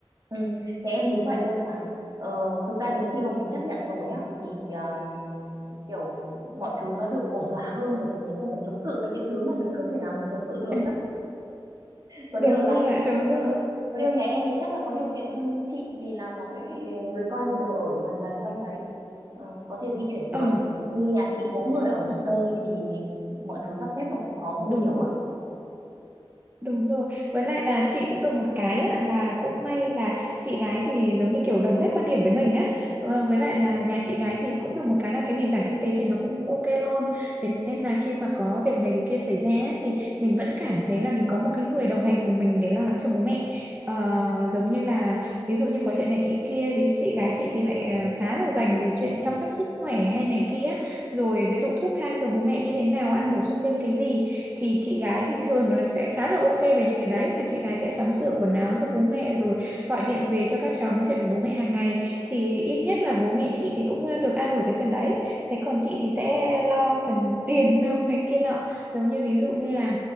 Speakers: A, on the right (about 40°); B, on the right (about 20°).
A: Ừ, nhà em đúng vậy luôn mà. Ờ, thực ra đến khi mà mình chấp nhận rồi á thì um, kiểu mọi thứ nó được ổn thỏa hơn bởi vì mình không phải chống cự với cái thứ mà mình không thể nào mình chống cự được
B: Ê.
A: á. Có điều
B: đúng
A: là
B: rồi đúng
A: ờ,
B: rồi
A: có điều nhà em thì chắc là có điều kiện hơn chị vì là mọi người con thì đều ở gần gần quanh đấy. Ờ, có thể di chuyển được.
B: ờ
A: Chứ Như nhà chị mỗi người
B: ừ,
A: ở một
B: ừ,
A: nơi thì mọi thứ sắp xếp nó cũng khó hơn
B: đúng
A: nhiều
B: rồi.
A: á.
B: Đúng rồi. Với lại là chị cũng được một cái á, là cũng may là chị gái thì giống như kiểu đồng hết quan điểm với mình á. Ờ, Với lại là nhà chị gái thì cũng được một cái là cái nền tảng kinh tế thì nó cũng ok hơn. Thế nên là khi mà có việc này việc kia xảy ra á, thì mình vẫn cảm thấy là mình có một cái người đồng hành cùng mình để lo lắng cho bố mẹ. Ờ,
A: Ừ.
B: giống như là ví dụ như có chuyện này chị kia, với chị gái chị thì lại ờ, khá là dành về chuyện chăm sóc sức khỏe hay này kia. Rồi ví dụ thuốc thang cho bố mẹ như thế nào, ăn bổ sung thêm cái gì thì chị gái thì thường là sẽ khá là ok về những cái đấy là chị gái sẽ sắm sửa quần áo cho bố mẹ rồi gọi điện về cho các cháu nói chuyện với bố mẹ hàng ngày thì ít nhất là bố mẹ chị thì cũng ờ, được an ủi cái phần đấy thế còn chị thì sẽ lo phần <laughs> tiền nong này kia nọ giống như ví dụ như là